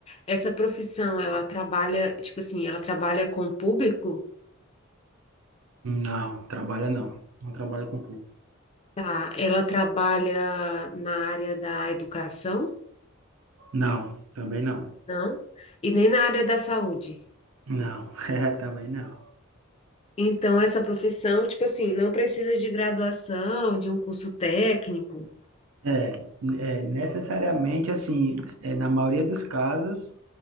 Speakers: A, on the left; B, on the right.
A: Essa profissão, ela trabalha, tipo assim, ela trabalha com o público?
B: Não, trabalha não. Não trabalha com público.
A: Tá, ela trabalha na área da educação?
B: Não, também não.
A: Não. E nem na área da saúde.
B: Não, <laughs> é, também não.
A: Então, essa profissão, tipo assim, não precisa de graduação, de um curso técnico.
B: É, é, necessariamente assim, é, na maioria dos casos,